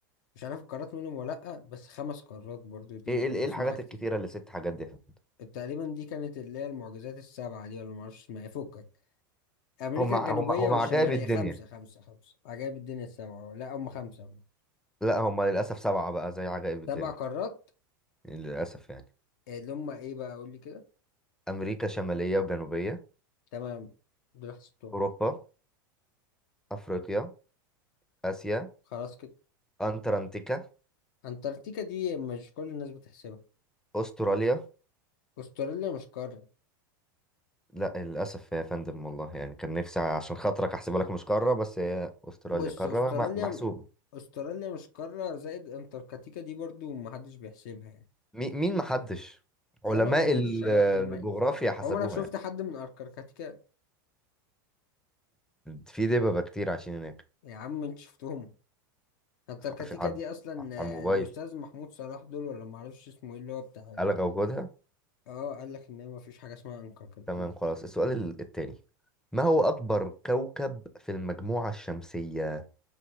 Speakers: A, on the left; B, in the centre.
A: مش عارف القارات منهم ولا لأ بس خمس قارات برضو دي
B: إيه
A: ب-
B: إيه
A: بسمعها
B: إيه الحاجات
A: كتير
B: الكتيرة اللي ست حاجات دي يا فندم
A: تقريبا دي كانت اللي هي المعجزات السبعة دي ولا معرفش اسمها ايه فكك أمريكا
B: هم هم
A: الجنوبية
B: هم
A: والشمالية
B: عجائب الدنيا
A: خمسة خمسة خمسة عجائب الدنيا السبعة لا هم خمسة هم
B: لا هما للأسف سبعة بقى زي عجائب الدنيا
A: سبع قارات
B: يعني للأسف يعني
A: اللي هم ايه بقى قول لي كده
B: أمريكا شمالية وجنوبية
A: تمام دول حسبتهم
B: أوروبا أفريقيا آسيا
A: خلاص كده
B: أنتاركتيكا
A: أنتاركتيكا دي مش كل الناس بتحسبها
B: أستراليا
A: أستراليا مش قارة
B: لا للأسف يا فندم والله يعني كان نفسي عشان خاطرك أحسبها لك مش قارة بس هي أستراليا
A: بص
B: قارة
A: أستراليا
B: مح- محسوبة
A: أستراليا مش قارة زائد أنتاركتيكا دي برضو محدش بيحسبها يعني
B: مي- مين محدش علماء
A: أنا والشباب
B: ال- الجغرافيا
A: زمايلي
B: حسبوها
A: عمرك شفت
B: يعني
A: حد من أنتاركتيكا
B: في دببة كتير عايشين هناك
A: يا عم انت شفتهم التركتيكا
B: ف- في- على
A: دي اصلا
B: على
A: آه،
B: الموبايل
A: الاستاذ محمود صلاح دول ولا معرفش اسمه ايه اللي هو بتاع ال...
B: ألغى وجودها
A: اه قال لك ان ما فيش حاجه اسمها انكركتيكا
B: تمام خلاص السؤال ال- التاني ما هو أكبر كوكب في المجموعة الشمسية؟